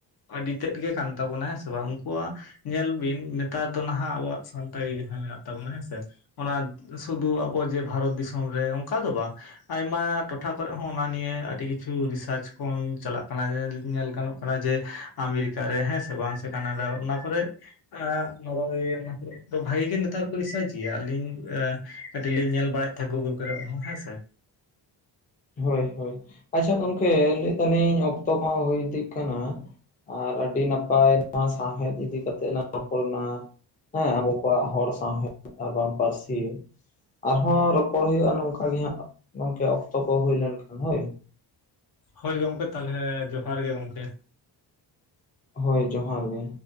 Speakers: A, on the left; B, on the left.
A: ᱟᱹᱰᱤ ᱛᱮᱫ ᱜᱮ ᱠᱟᱱ ᱛᱟᱵᱚᱱᱟ, ᱦᱮᱸ ᱥᱮ ᱵᱟᱝ! ᱩᱱᱠᱩᱣᱟᱜ ᱧᱮᱞ ᱵᱤᱱ ᱱᱮᱛᱟᱨ ᱫᱚ ᱱᱷᱟᱜ ᱟᱵᱚᱣᱟᱜ ᱥᱟᱱᱛᱟᱲᱤ ᱡᱟᱦᱟᱸ ᱢᱮᱱᱟᱜ ᱛᱟᱵᱚᱱᱟ, ᱦᱮᱸ ᱥᱮ᱾ ᱚᱱᱟ ᱥᱩᱫᱩ ᱟᱵᱚ ᱡᱮ ᱵᱷᱟᱨᱚᱛ ᱫᱤᱥᱚᱢ ᱨᱮ ᱚᱱᱠᱟ ᱫᱚ ᱵᱟᱝ᱾ ᱟᱭᱢᱟ ᱴᱚᱴᱷᱟ ᱠᱚᱨᱮ ᱦᱚᱸ ᱚᱱᱟ ᱱᱤᱭᱟᱹ ᱟᱹᱰᱤ ᱛᱷᱨᱩ ᱨᱤᱥᱟᱨᱪ ᱠᱚ ᱪᱟᱞᱟᱜ ᱠᱟᱱᱟ ᱡᱮ ᱜᱟᱱᱚᱜ ᱠᱟᱱᱟ ᱡᱮ ᱟᱢᱮᱨᱤᱠᱟ ᱨᱮ, ᱦᱮᱸ ᱥᱮ ᱵᱟᱝ? ᱥᱮ ᱠᱟᱱᱟᱰᱟ ᱚᱱᱟ ᱠᱚᱨᱮ ᱟ ᱱᱚᱜ-ᱚᱭ ᱚᱱᱟ ᱠᱚᱨᱮ ᱫᱚ᱾ ᱵᱷᱟᱜᱤ ᱜᱮ ᱱᱮᱛᱟᱨ ᱠᱚ ᱨᱤᱥᱟᱹᱨᱪ ᱜᱮᱭᱟ᱾ ᱟᱹᱞᱤᱧ ᱟ ᱠᱟᱹᱴᱤᱡ ᱞᱤᱧ ᱧᱮᱞ ᱵᱟᱲᱟᱭᱮᱫ ᱛᱟᱦᱮᱸᱱᱟ ᱜᱩᱜᱩᱞ ᱠᱚᱨᱮᱜ ᱦᱮᱸ ᱥᱮ᱾
B: ᱦᱳᱭ ᱦᱳᱭ᱾ ᱟᱪᱪᱷᱟ ᱜᱚᱝᱠᱮ ᱞᱟᱹᱭ ᱫᱟᱞᱤᱧ ᱚᱠᱛᱚ ᱠᱚ ᱦᱚᱸ ᱦᱩᱭ ᱤᱫᱤᱜ ᱠᱟᱱᱟ᱾ ᱟᱨ ᱟᱹᱰᱤ ᱱᱟᱯᱟᱭ ᱱᱚᱶᱟ ᱥᱟᱶᱦᱮᱫ ᱤᱫᱤ ᱠᱟᱛᱮᱜ ᱞᱟᱝ ᱨᱚᱯᱚᱲᱱᱟ᱾ ᱦᱮᱸ ᱟᱵᱚ ᱠᱚᱣᱟᱜ ᱦᱚᱲ ᱥᱟᱶᱦᱮᱫ ᱟᱨᱵᱟᱝ ᱯᱟᱹᱨᱥᱤ᱾ ᱟᱨᱦᱚ ᱨᱚᱯᱚᱲ ᱦᱩᱭᱩᱜᱼᱟ ᱱᱚᱝᱠᱟ ᱜᱮ ᱦᱟᱸᱜ ᱜᱚᱝᱠᱮ ᱚᱠᱛᱚ ᱠᱚ ᱦᱩᱭ ᱞᱮᱱᱠᱷᱟᱱ ᱦᱳᱭ᱾
A: ᱦᱳᱭ ᱜᱚᱝᱠᱮ ᱛᱟᱦᱞᱮ ᱡᱚᱦᱟᱨ ᱜᱮ ᱜᱚᱢᱠᱮ᱾
B: ᱦᱳᱭ ᱡᱚᱸᱦᱟᱨ ᱜᱮ᱾